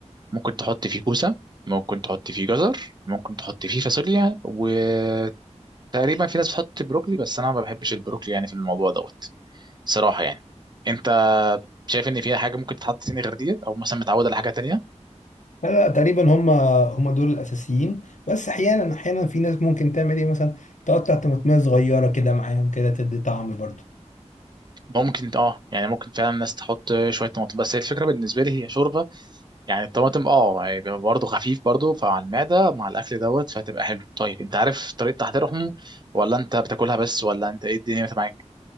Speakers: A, on the right; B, on the left.
A: ممكن تحط فيه كوسه ممكن تحط فيه جزر ممكن تحط فيه فاصوليا وتقريبا في ناس بتحط بروكلي بس انا ما بحبش البروكلي يعني في الموضوع دوت صراحه يعني انت شايف ان فيها حاجه ممكن تتحط تاني غير ديت او مثلا متعود على حاجه تانية
B: لا لا، تقريبا هم هم دول الاساسيين بس احيانا احيانا في ناس ممكن تعمل ايه مثلا تقطع طماطميه صغيره كده معاهم كده تدي طعم برضو
A: ممكن اه يعني ممكن فعلا الناس تحط شويه طماطم بس هي الفكره بالنسبه لي هي شوربه يعني الطماطم اه يعني بيبقى برضه خفيف برضه فعلى المعده مع الاكل دوت فهتبقى حلو طيب انت عارف طريقه تحضيرهم ولا انت بتاكلها بس ولا انت ايه الدنيا معاك